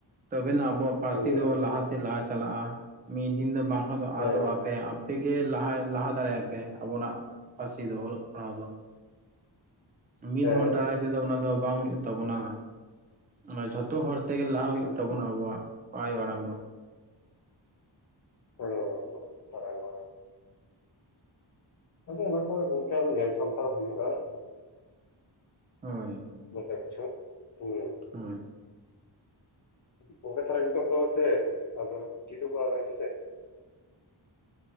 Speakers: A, on the right; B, on the left.
A: ᱛᱚᱵᱮ ᱱᱟᱜ ᱟᱵᱚᱣᱟᱜ ᱯᱟᱹᱨᱥᱤ
B: ᱦᱩᱸ
A: ᱫᱚ
B: ᱦᱩᱸ
A: ᱞᱟᱦᱟ ᱥᱮᱫ ᱞᱟᱦᱟ ᱪᱟᱞᱟᱜᱼᱟ ᱾ ᱢᱤᱫ ᱫᱤᱱ ᱫᱚ ᱵᱟᱝᱠᱷᱟᱱ ᱫᱚ
B: ᱦᱮᱸ
A: ᱟᱫᱚᱜᱼᱟ
B: ᱜᱚᱝᱠᱮ
A: ᱾
B: ᱦᱮᱸ
A: ᱛᱮᱜᱮ ᱞᱟᱦᱟ ᱞᱟᱦᱟ ᱫᱟᱲᱮᱭᱟᱜᱼᱟ ᱯᱮ ᱟᱵᱚᱱᱟᱜ ᱯᱟᱹᱨᱥᱤ ᱫᱚ, ᱚᱞᱚᱜ ᱯᱟᱲᱦᱟᱣ ᱫᱚ ᱾ ᱢᱤᱫ
B: ᱦᱮᱸ
A: ᱦᱚᱲ ᱫᱟᱨᱟᱭ ᱛᱮᱫᱚ ᱚᱱᱟ ᱫᱚ ᱵᱟᱝ ᱦᱩᱭᱩᱜ ᱛᱟᱵᱚᱱᱟ ᱾ ᱚᱱᱟ ᱡᱷᱚᱛᱚ ᱦᱚᱲ ᱼᱼ ᱛᱮᱜᱮ ᱞᱟᱦᱟ ᱦᱩᱭᱩᱜ
B: ᱦᱩᱸ
A: ᱛᱟᱵᱚᱱᱟ ᱟᱵᱚᱣᱟᱜ ᱟᱭᱳ ᱟᱲᱟᱝ ᱫᱚ ᱾
B: ᱦᱮᱸᱻ <unintelligible> ᱟᱫᱚ ᱚᱱᱟ ᱠᱚ ᱜᱚᱝᱠᱮ ᱟᱫᱚ ᱧᱮᱞ ᱥᱟᱢᱴᱟᱣ ᱦᱩᱭᱩᱜᱼᱟ ᱾
A: ᱦᱳᱭ
B: ᱡᱚᱛᱚ ᱠᱤᱪᱷᱩ ᱯᱩᱭᱞᱩ ᱾
A: ᱦᱳᱭ ᱾
B: ᱜᱚᱝᱠᱮ ᱛᱟᱦᱞᱮ ᱱᱤᱛᱚᱜ ᱫᱚ ᱪᱮᱫ? ᱟᱫᱚ ᱠᱤᱫᱩᱵᱚᱜᱼᱟ ᱵᱮᱱ ᱥᱮ ᱪᱮᱫ?